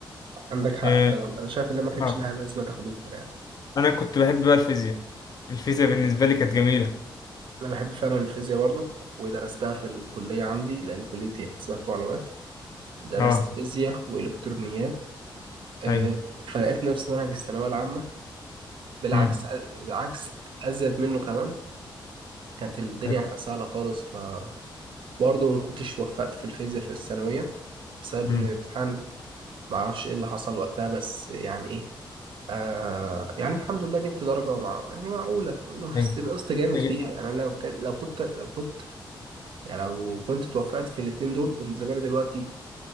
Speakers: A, on the right (about 70°); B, on the left (about 45°).
A: عندك حق
B: أه
A: فعلا أنا شايف إن ما كانش
B: آه.
A: لها لازمة تاخدوها يعني
B: أنا كنت بحب بقى الفيزياء الفيزياء بالنسبة لي كانت جميلة
A: أنا بحب فعلا الفيزياء برضو ودرستها في الكلية عندي لأن كليتي حسابات ومعلومات درست
B: أه
A: فيزياء وإلكترونيات آه،
B: أيوه
A: فلقيت نفس منهج الثانوية العامة بالعكس
B: أمم
A: بالعكس أزيد منه كمان كانت الدنيا
B: أيوه
A: سهلة خالص فبرضه ما كنتش وفقت في الفيزياء في الثانوية بسبب
B: أمم
A: إن الامتحان معرفش إيه اللي حصل وقتها بس يعني إيه، آه يعني الحمد لله جبت درجة مع يعني معقولة والله بس
B: أيوه
A: نقصت جامد
B: أيوه
A: فيها يعني أنا لو كان لو كنت لو كنت يعني لو كنت توفقت في الاتنين دول كنت زماني دلوقتي